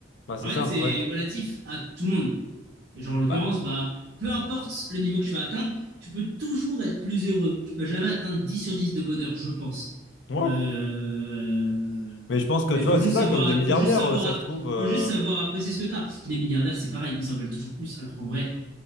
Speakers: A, on the left (about 65°); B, on the right (about 60°).
A: bah c'est
B: En fait,
A: ça,
B: c'est
A: ouais,
B: relatif à tout le monde. Et genre, en l'occurrence,
A: bah
B: bah, peu importe le niveau que tu vas atteindre, tu peux toujours être plus heureux. Tu peux jamais atteindre 10 sur 10 de bonheur, je pense.
A: ouais,
B: Euh...
A: mais je pense que
B: Mais
A: tu
B: faut
A: vois,
B: juste
A: c'est ça,
B: savoir,
A: comme des milliardaires,
B: faut juste savoir,
A: euh, ça se trouve. euh,
B: faut juste savoir apprécier ce que t'as. Les milliardaires, c'est pareil, ils en veulent toujours plus. Alors qu'en vrai,